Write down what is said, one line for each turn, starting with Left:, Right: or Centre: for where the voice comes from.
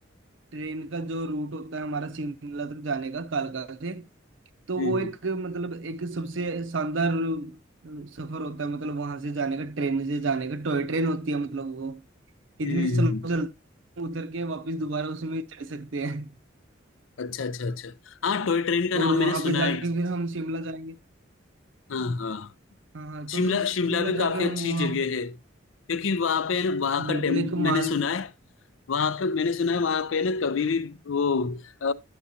Right: ट्रेन का जो रूट होता है हमारा शिमला तक जाने का कालका से तो
Left: हम्म
Right: वो
Left: हम्म,
Right: एक मतलब एक सबसे शानदार अ, सफर होता है मतलब वहां से जाने का ट्रेन से जाने का टॉय ट्रेन होती है मतलब वो इतनी
Left: हम्म,
Right: स्लो
Left: हम्म, हम्म।
Right: चलती है, उतर के वापस दोबारा उसमें चढ़ सकते हैं
Left: अच्छा अच्छा अच्छा हाँ टॉय ट्रेन का
Right: और
Left: नाम
Right: वहां
Left: मैंने सुना
Right: पे जाके
Left: है
Right: फिर हम शिमला जाएंगे
Left: हाँ हाँ
Right: हाँ हाँ
Left: शिमला
Right: तो शिमला
Left: शिमला
Right: शिमला
Left: भी
Right: जाके
Left: काफी
Right: हम
Left: अच्छी
Right: वहाँ
Left: जगह है क्योंकि वहां पे वहां का
Right: बिल्कुल
Left: टेम
Right: एक
Left: मैंने
Right: माल
Left: सुना है वहां पे मैंने सुना है वहां पे ना कभी भी वो अ,